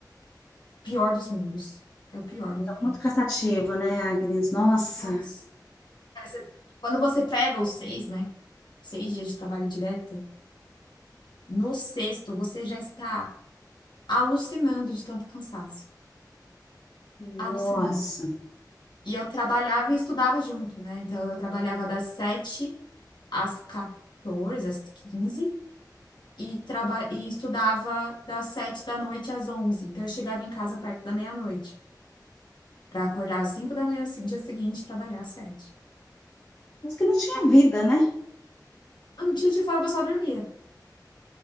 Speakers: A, on the left; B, on the left.
A: pior dos mundos. É o pior dos
B: É
A: mundos.
B: Muito cansativo, né, Agnes? Nossa,
A: Nossa. Parece- Quando você prega os seis, né? Seis dias de trabalho direto, no sexto você já está alucinando de tanto cansaço.
B: nossa.
A: Alucinando. E eu trabalhava e estudava junto, né? Então eu trabalhava das 7 às 14, às 15 e, traba... e estudava das sete da noite às onze. Então, eu chegava em casa perto da meia-noite, para acordar às cinco da manhã, se- dia seguinte, e trabalhar às sete.
B: Mas que não tinha vida, né?
A: No dia de folga, eu só dormia.